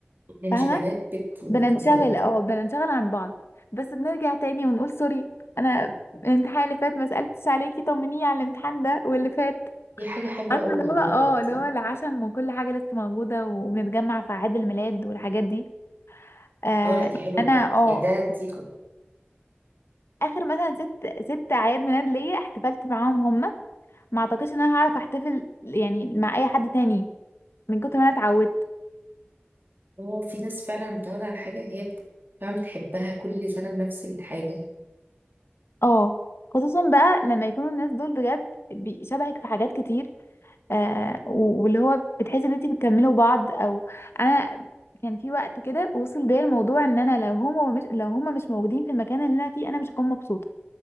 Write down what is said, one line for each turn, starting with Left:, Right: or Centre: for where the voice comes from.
Right: الانشغالات
Left: فاهمة
Right: بت بت
Left: بننشغل اه بننشغل عن بعض بس بنرجع تاني ونقول سوري انا الامتحان اللي فات ما سألتش عليكي طمنيني على الامتحان ده واللي فات
Right: دي حاجة حلوة
Left: عارفة
Right: قوي
Left: اللي
Right: والله
Left: هو اه
Right: بجد
Left: اللي هو العشم وكل حاجة لسه موجودة وبنتجمع في أعياد الميلاد والحاجات دي آه
Right: اه لا دي حلوة
Left: انا
Right: بجد
Left: اه
Right: يعني ده دي كده
Left: اخر مثلا ست ست اعياد ميلاد ليا احتفلت معاهم هما ما اعتقدش ان انا هعرف احتفل يعني مع اي حد تاني من كتر ما انا اتعودت
Right: هو في ناس فعلا متعودة على حاجة هي بت- فعلا بتحبها كل سنة بنفس الحاجة
Left: اه خصوصا بقى لما يكونوا الناس دول بجد بي- شبهك في حاجات كتير آه واللي هو بتحس ان انت بتكملوا بعض او انا كان في وقت كده وصل بيا الموضوع ان انا لو هما مش لو هما مش موجودين في المكان اللي انا فيه انا مش هكون مبسوطه